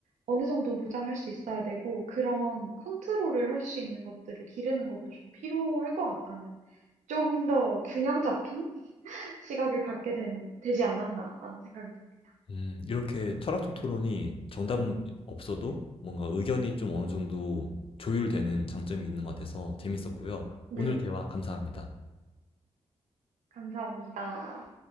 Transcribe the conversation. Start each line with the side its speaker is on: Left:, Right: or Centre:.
Right: 어느 정도는 보장할 수 있어야 되고 그런 컨트롤을 할 수 있는 것들을 기르는 것도 좀 필요할 것 같다는 좀 더 균형 잡힌 시각을 갖게 된, 되지 않았나라는 생각이 듭니다.
Left: 음, 이렇게 철학적 토론이 정답은 없어도 뭔가 의견이 좀 어느 정도 조율되는 장점이 있는 것 같아서 재밌었고요.
Right: 네,
Left: 오늘 대화 감사합니다.
Right: 감사합니다.